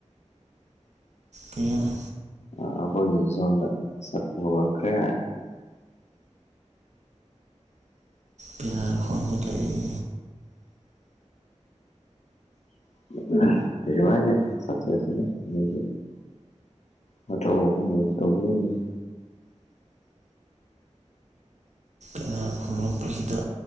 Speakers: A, on the right (about 75°); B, on the left (about 70°).
A: ꯀꯩ ꯍꯥꯏꯅ
B: ꯑ ꯑꯈꯣꯏꯒꯤꯗꯤ ꯁꯣꯝꯗ ꯁꯛꯄ ꯍꯧꯈ꯭ꯔꯦ
A: ꯄꯦꯅꯥ ꯈꯣꯡꯖꯤꯜꯂꯛꯏ
B: <unintelligible> ꯃꯊꯧ ꯑꯃꯅꯦꯅ ꯇꯧꯖꯩꯅꯤꯅꯦ
A: ꯄꯦꯅꯥꯒ ꯈꯣꯡꯂꯛꯄꯁꯤꯗ